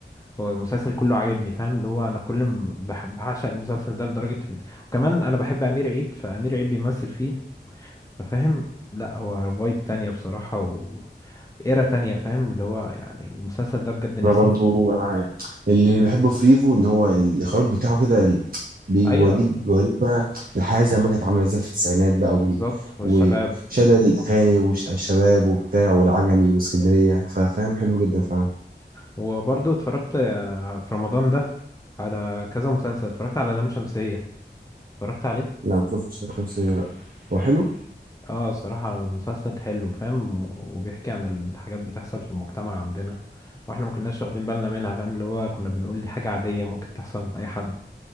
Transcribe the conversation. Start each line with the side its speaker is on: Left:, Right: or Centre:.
Left: هو المسلسل كله عاجبني فاهم اللي هو أنا كل ما بح- بعشق المسلسل ده لدرجة إن- وكمان أنا بحب أمير عيد فأمير عيد بيمثل فيه فاهم لا هو فايب تانية بصراحة و ايرا تانية فاهم اللي هو يعني المسلسل ده بجد نفسي
Right: انا برضو انا عارف. اللي بحبه في ريفو ان هو الاخراج بتاعه كده ال- بيوديك
Left: ايوه
Right: بيوريك بقى الحياه زي ما كانت عامله ازاي في التسعينات بقى وال...
Left: بالظبط والشباب
Right: وشلل الاغاني والشباب وبتاع والعجمي واسكندريه ففاهم حلو جدا فعلا
Left: وبرضه اتفرجت آه، في رمضان ده على كذا مسلسل اتفرجت على لام شمسية اتفرجت عليه
Right: لا ما شفتش شمس الشمسية، لا هو حلو
Left: اه الصراحة مسلسل حلو فاهم وبيحكي عن الحاجات بتحصل في المجتمع عندنا واحنا ما كناش واخدين بالنا منها فاهم اللي هو كنا بنقول دي حاجة عادية ممكن تحصل من اي حد